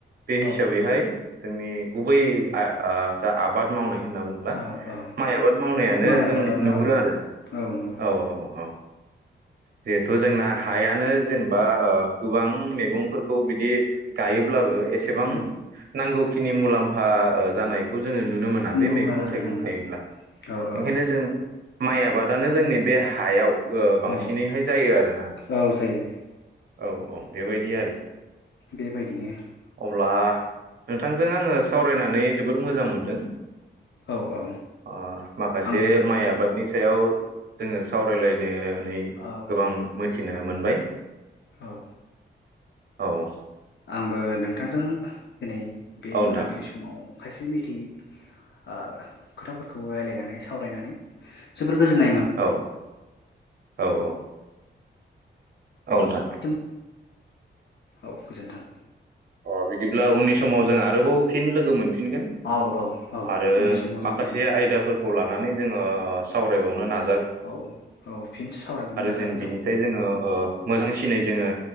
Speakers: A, on the right; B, on the left.
A: बे हिसाबैहाय
B: औ
A: जोंनि गुबै आ - आ जा आबाद मावनाय होनना बुङोब्ला
B: औ औ
A: माइ आबाद मावनायानो
B: माइ आबादानो
A: जों नुहुरो आरो
B: औ नंगौ
A: औ - औ - औ जिहेथु जोंना हायानो जेनेबा ओ गोबां मेगंफोरखौ बिदि गायोब्लाबो एसेबां
B: उम
A: नांगौखिनि नि मुलाम्फा ओ जानायखौ जोङो नुनो मोना बे
B: नुवा
A: मेगं
B: आरो
A: थाइगं
B: उम
A: गायोब्ला
B: औ
A: ओंखायनो
B: औ
A: जों माइ आबादानो जोंनि बे हायाव ओ बांसि
B: औ
A: जायो आरोना
B: औ जायो जायो
A: औ अ बेबायदि आरोखि
B: बेबायदिनो
A: अब्ला नोंथांजों आङो सावरायनानै जोबोर मोजां मोनदों
B: औ औ
A: ओ माखासे
B: आंबो नोंथां
A: माइ आबादनि सायाव
B: औ
A: जोङो सावरायलायनो नै
B: औ
A: गोबां मोथिनो मोनबाय
B: औ
A: औ
B: आंबो नोंथांजों दिनै बे
A: औ नोंथां
B: मोनाबिलि समाव खायसे मिथियै ओ खोथाफोरखौ रायलायनानै सावरायनानै जो बोर गोजोननाय मो
A: औ औ औ औ नोंथां
B: मोनदों औ गोजोन्थों
A: अ बिदिब्ला उननि समाव जों आरोबाव फिन लोगो मोन फिनगोन
B: औ औ औ
A: आरो
B: उननि समाव जों
A: माखासे आयदाफोरखौ ला नानै जोङो सावरायबावनो ना
B: औ औ फिन सावरायबावनो नाजागोन
A: जेन बेनिफ्राय
B: जों
A: जोङो ओ मोजांसिनै जोङो